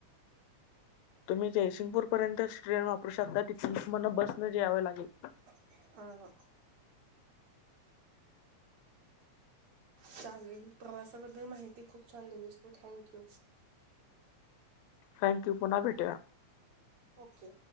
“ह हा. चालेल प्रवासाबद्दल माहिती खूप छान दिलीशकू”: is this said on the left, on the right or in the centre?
Right